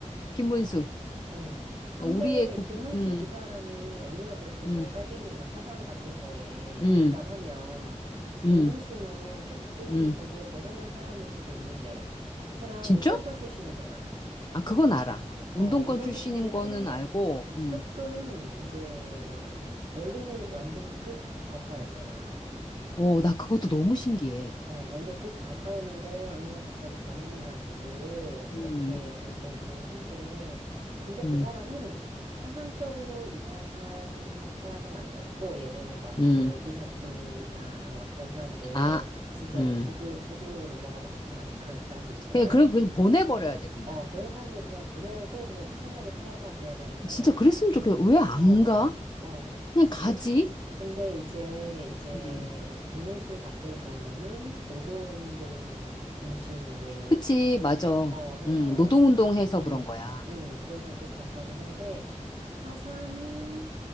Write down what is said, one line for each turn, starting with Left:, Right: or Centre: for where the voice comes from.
Left: 김문수.
Right: 음. 근데
Left: 어, 우리의 국,
Right: 김문수
Left: 음,
Right: 기사람이 언니가 그렇게
Left: 음,
Right: 뭐 빨갱이나 사상 같은 거에
Left: 음.
Right: 민감하면 김문수는
Left: 음,
Right: 조금
Left: 음.
Right: 거기에 벗어난 사람일 수도 있는데 그 사람
Left: 진짜?
Right: 운동권 출신이잖아.
Left: 아, 그건 알아.
Right: 어,
Left: 운동권
Right: 운동
Left: 출신인
Right: 출신인데
Left: 거는 알고, 음.
Right: 조금 이제 원래는 완전 극좌파였잖아.
Left: 오, 나 그것도 너무 신기해.
Right: 어, 완전 극좌파였는데 어느 날 갑자기 전향해가지고
Left: 음,
Right: 이렇게 된 거기는 한데 근데
Left: 음,
Right: 그 사람은 사상적으로 이상한 사람은 아니었고 예전에 막
Left: 음.
Right: 그 이석기나 막 그런 사람들
Left: 아,
Right: 진짜
Left: 음.
Right: 얘 북을 북으로 넘어가고 싶어하는 <laughs> 그런 사람들 있잖아.
Left: 그냥, 그냥, 그냥 보내버려야 돼, 그냥.
Right: 어 그런 사람들 그냥 보내고 그냥 편안하게 살아라 그래야 되는데
Left: 진짜 그랬으면 좋겠어. 왜 안
Right: 어어어어그
Left: 가? 그냥 가지?
Right: 근데 이제 이제
Left: 음.
Right: 김문수 같은 경우는 노동운동 중심으로
Left: 그치, 맞아.
Right: 어 해서
Left: 음, 노동운동 해서
Right: 음,
Left: 그런 거야.
Right: 음 그래서 극좌파긴 한데 사상이